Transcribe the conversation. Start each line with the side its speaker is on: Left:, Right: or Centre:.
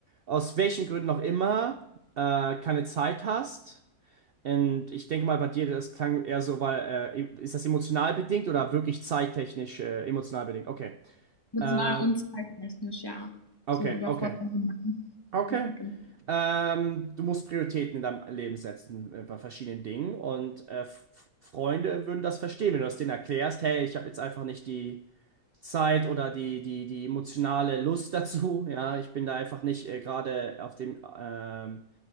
Right: aus welchen Gründen auch immer äh, keine Zeit hast, und ich denke mal bei dir, das klang eher so, weil äh, e-, ist das emotional bedingt oder wirklich zeittechnisch äh, emotional bedingt? Okay.
Left: Emotional
Right: Äh,
Left: und zeittechnisch, ja.
Right: okay,
Left: So überfordert.
Right: okay. Okay.
Left: Ja, genau.
Right: Ähm, du musst Prioritäten in deinem Leben setzen äh, bei verschiedenen Dingen und äh, F Freunde würden das verstehen, wenn du das denen erklärst, hey, ich habe jetzt einfach nicht die Zeit oder die, die, die emotionale Lust dazu. <laughs> Ja, ich bin da einfach nicht äh, gerade auf dem ähm,